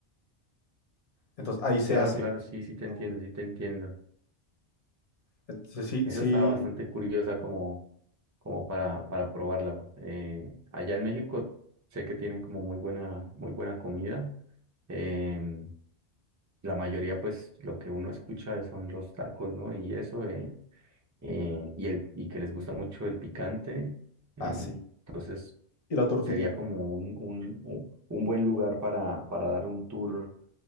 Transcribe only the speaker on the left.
Entonces ahí se
hace.
Carbón.
Entonces sí,
sí,
así.
Y la tortilla.